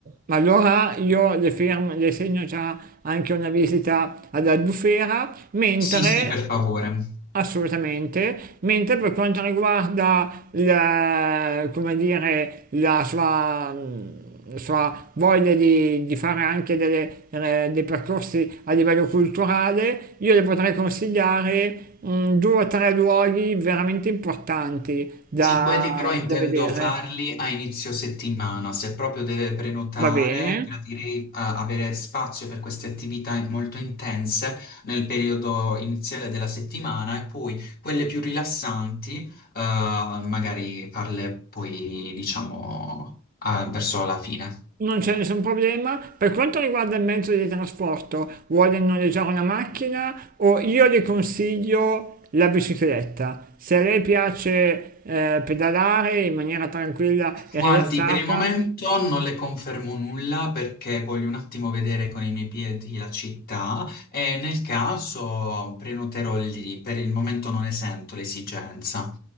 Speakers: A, on the right; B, on the left.
A: Ma Allora io le, fermo, le segno già anche una visita ad Albufera, mentre
B: Sì, sì, per favore.
A: assolutamente, mentre per quanto riguarda la, come dire, la sua, mh, sua voglia di, di fare anche delle, eh, dei percorsi a livello culturale, io le potrei consigliare mh, due o tre luoghi veramente importanti da
B: Sì, quelli però intendo
A: da vedere.
B: farli a inizio settimana, se proprio deve prenotare,
A: Va bene?
B: gradirei eh, avere spazio per queste attività molto intense nel periodo iniziale della settimana e poi quelle più rilassanti, eh, magari farle poi, diciamo, ah, verso la fine.
A: Non c'è nessun problema. Per quanto riguarda il mezzo di trasporto, vuole noleggiare una macchina o io le consiglio la bicicletta. Se a lei piace eh, pedalare in maniera tranquilla e
B: Guardi,
A: rilassata,
B: per il momento non le confermo nulla perché voglio un attimo vedere con i miei piedi la città e nel caso prenoterò lì, per il momento non ne sento l'esigenza.